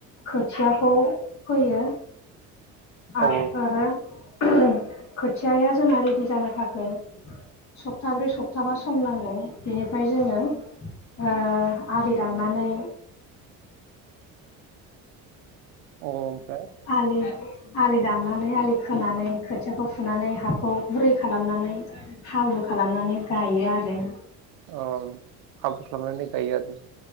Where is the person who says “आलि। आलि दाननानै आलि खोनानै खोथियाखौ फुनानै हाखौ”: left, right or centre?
Left